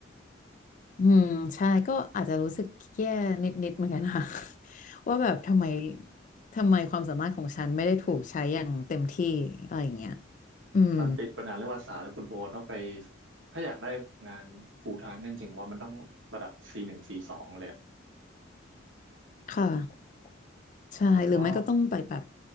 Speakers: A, on the left; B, on the right.
A: อืมใช่ก็อาจจะรู้สึกแย่นิดๆเหมือนกันค่ะ <laughs> ว่าแบบทำไมทำไมความสามารถของฉันไม่ได้ถูกใช้อย่างเต็มที่อะไรอย่างเงี้ยอืม
B: มันติดปัญหาเรื่องภาษาแล้วคุณโบทต้องไปถ้าอยากได้งาน full time นั่นจริงว่ามันต้องระดับ C1 c งซีสองเลยอะ
A: ค่ะ ใช่หรือไม่ก็ต้องไปแบบ
B: ผมก็